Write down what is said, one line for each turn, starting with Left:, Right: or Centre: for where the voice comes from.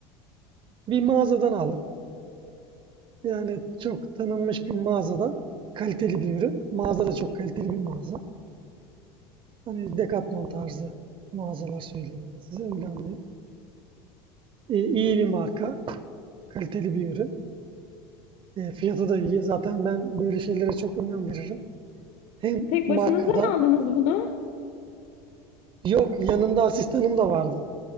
Right: bir mağazadan aldım. Yani çok tanınmış bir mağazadan kaliteli bir ürün. Mağaza da çok kaliteli bir mağaza. Hani Decathlon tarzı mağazalar söyleyeyim ben size. Öyle anlayın. E, iyi bir marka, kaliteli bir ürün. E, fiyatı da iyi. Zaten ben böyle şeylere çok önem veririm. Hem
Left: Tek
Right: markadan,
Left: başınıza mı aldınız bunu?
Right: yok yanımda asistanım da vardı.